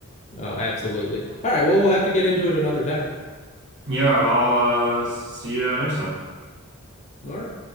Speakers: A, on the left; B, on the right.
A: Oh, absolutely. All right. Well, we'll have to get into it another time.
B: Yeah, I'll uh, see you next time.
A: All right.